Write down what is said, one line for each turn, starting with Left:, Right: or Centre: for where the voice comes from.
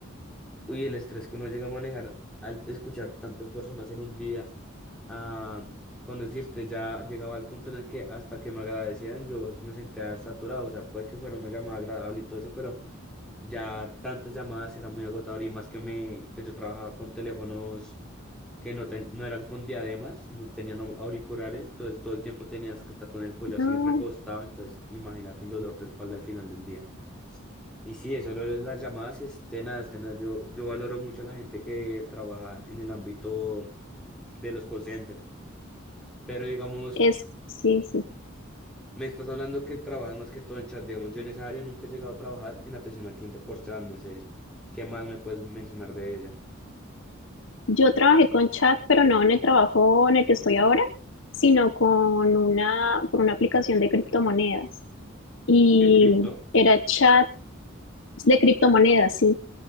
Centre: Uy, el estrés que uno llega a manejar al escuchar tantas personas en un día, ah, con decirte, ya llegaba al punto en el que hasta que me agradecieran yo me sentía saturado, o sea, puede que fuera una llamada agradable y todo eso, pero ya tantas llamadas era muy agotador y más que me, que yo trabajaba con teléfonos que no, ten- no eran con diademas, no tenían au- auriculares, entonces todo el tiempo tenías que estar con el cuello así
Left: no,
Centre: recostado, entonces imagínate el dolor de espalda al final del día. Y sí, eso lo de las llamadas, este, nada, este, nada, yo, yo valoro mucho a la gente que trabaja en el ámbito de los call centers, pero digamos,
Left: es, sí, sí.
Centre: me estás hablando que trabajas más que todo en chat, digamos, yo en esa área nunca he llegado a trabajar en atención al cliente por chat, no sé, ¿qué más me puedes mencionar de ellas?
Left: Yo trabajé con chat, pero no en el trabajo en el que estoy ahora, sino con una, por una aplicación de criptomonedas. Y
Centre: ¿De cripto?
Left: era chat de criptomonedas, sí.